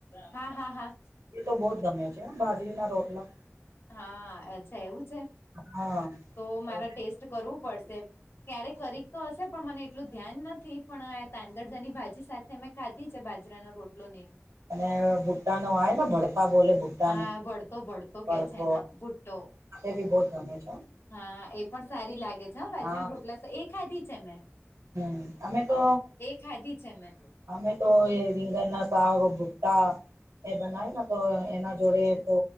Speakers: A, on the left; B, on the right.
A: હા હા હા
B: એ તો બહુ જ ગમે છે, બાજરી ના રોટલા
A: હા છે, એવું છે.
B: હા
A: તો મારા ટેસ્ટ કરવું પડશે ક્યારે કરી તો હશે પણ મને એટલું ધ્યાન નથી પણ આ તાંદરજાની ભાજી સાથે ત મેં ખાધી છે, બાજરાનો રોટલો ને
B: અને ભુટ્ટા ન આવે ને ભડતા બોલે ભુટ્ટાનુ
A: હા ભળતો ભળતો
B: વતવો
A: કે છે એનો ભુટ્ટો
B: બી બહ ગમે છે.
A: હા એ પણ સારી લાગે છે હ વાજરાની
B: હા
A: રોટલા એ ખાધી છે, મે
B: હમ અમે તો
A: ખાધી છે, મે
B: અમે તો એ રીંગન ના શક ભુટ્ટા એ બનાવે ને તો એના જોડે તો